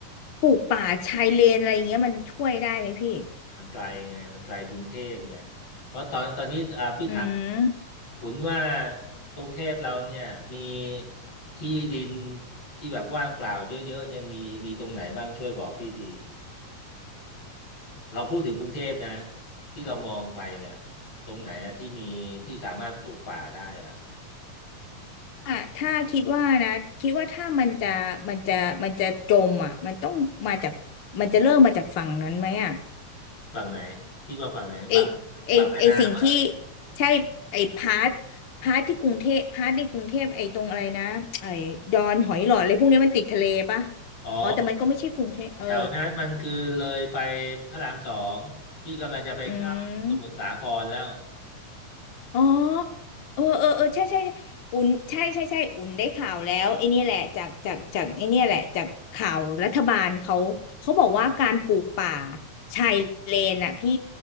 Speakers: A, on the left; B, on the left.
A: ปลูกป่าชายเลนอะไรอย่างเงี้ยมันช่วยได้ไหมพี่
B: มันไกลไงมันไกลกรุงเทพไงเพราะตอนตอนนี้อ่าพี่ถาม
A: อืม
B: คุณว่ากรุงเทพเราเนี่ยมีที่ดินที่แบบว่างเปล่าเยอะๆเนี่ยมีมีตรงไหนบ้างช่วยบอกพี่ที เราพูดถึงกรุงเทพนะที่เรามองไปเนี่ยตรงไหนอะที่มีที่สามารถปลูกป่าได้อะ
A: อ่ะถ้าคิดว่านะคิดว่าถ้ามันจะมันจะมันจะจมอ่ะมันต้องมาจากมันจะเริ่มมาจากฝั่งนั้นไหมอ่ะ
B: ฝั่งไหนคิดว่าฝั่งไหนฝั่ง
A: ไอไอไอสิ่งที่
B: ฝั่งแม่น้ำเหรอ
A: ใช่ไอพาร์ทพาร์ทที่กรุงเทพพาร์ทในกรุงเทพไอตรงอะไรนะไอดอนหอยหลอดอะไรพวกเนี้ยมันติดทะเลปะ
B: อ๋อ
A: อ๋อแต่มันก็ไม่ใช่กรุงเทพเออ
B: แถวนั้นมันคือเลยไปพระรามสองที่กำลังจะไปเข้าสมุทรสาครแล้ว
A: อืม อ๋อเออเออเออใช่ใช่ใช่อุ่นใช่ใช่ใช่อุ่นได้ข่าวแล้วไอ้เนี่ยแหละจากจากจากไอ้เนี่ยแหละจากข่าวรัฐบาลเขาเขาบอกว่าการปลูกป่าชายเลนอ่ะพี่